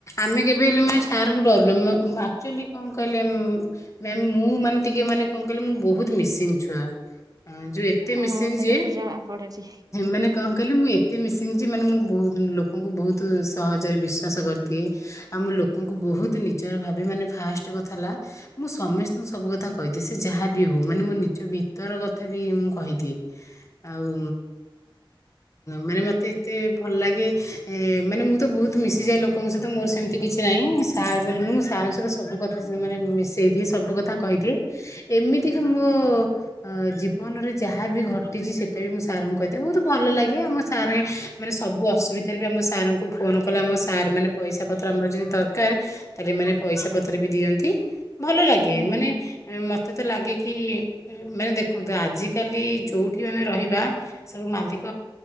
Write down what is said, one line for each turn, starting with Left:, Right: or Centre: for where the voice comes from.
Left: ଆମେ କେବେ ହେଲେ ମା ସାରଙ୍କୁ ଡରୁନେ। ମ ଆକ୍ଚୁଆଲି କଣ କହିଲେ ଉଁ? ମ୍ୟାମ ମୁଁ ମାନେ ଟିକେ ମାନେ କଣ କହିଲେ ମୁଁ ବହୁତ ମିସିଙ୍ଗ ଛୁଆ। ଯୋଉ ଏ ଏତେ
Right: ଆ
Left: ମିଶିଙ୍ଗ
Right: ସେଇଟା
Left: ଯେ,
Right: ତ ଜଣା ପଡୁଛି।
Left: ମାନେ କଣ କହିଲେ ମୁଁ ଏ ଏତେ ମିଶିଙ୍ଗ ଯେ ମାନେ ମୁଁ ବହୁତ ଲୋକଙ୍କୁ ବହୁତ ସହଜରେ ବିଶ୍ଵାସ କରିଦିଏ। ଆଉ ମୁଁ ଲୋକଙ୍କୁ ବହୁତ ନିଜର ଭାବେ। ମାନେ ଫାଷ୍ଟ କଥା ହେଲା ମୁଁ ସମସ୍ତଙ୍କୁ ସବୁ କଥା କହିଦିଏ। ସେ ଯାହାବି ହଉ ମାନେ ମୋ ନିଜ ଭିତର କଥା ବି ମୁ କହିଦିଏ। ଆଉ ମାନେ ମତେ ଏତେ ଭଲ ଲାଗେ ଏ ମାନେ ମୁଁ ତ ବହୁତ ମିଶିଯାଏ ଲୋକଙ୍କ ସହିତ ମୋର ସେମିତି କିଛି ନାହିଁ। ସାର୍ ବୋଲି ମୁଁ ସାରଙ୍କ ସହିତ ସବୁ କଥା ସେମାନେ ମିଶେଇ ଦିଏ। ସବୁ କଥା କହିଦିଏ। ଏମିତିକା ମୋ ଅ ଜୀବନରେ ଯାହା ବି ଘଟିଛି ସେଇଟା ବି ମୁଁ ସାରଙ୍କୁ କହିଦିଏ। ବହୁତ ଭଲ ଲାଗେ। ଆମ ସାର୍ ମାନେ ସବୁ ଅସୁବି ବିଧାରେ ଆମ ସାରଙ୍କୁ ଫୋନ୍ କଲେ ଆମ ସାର୍ ମାନେ ପଇସା ପତ୍ର ଆମର ଯଦି ଦରକାର ତାହେଲେ ଏମାନେ ପଇସା ପତ୍ର ବି ଦିଅନ୍ତି। ଭଲ ଲାଗେ।
Right: ଉୁଁ
Left: ମାନେ
Right: ହୁଁ
Left: ମତେ ତ ଲାଗେ କି, ମାନେ ଦେଖନ୍ତୁ ଆଜି କାଲି ଯୋଉଠି ଆମେ ରହିବା ସବୁ ମାଲିକ,